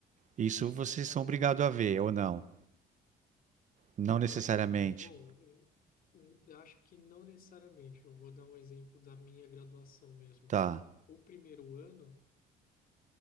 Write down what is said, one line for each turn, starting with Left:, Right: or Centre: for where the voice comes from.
Right: isso vocês são
Left: uhum.
Right: obrigados a ver, ou não? Não necessariamente.
Left: Ah, bom, em- em- eu acho que não necessariamente. Eu vou dar um exemplo da minha graduação mesmo.
Right: Tá,
Left: O primeiro ano.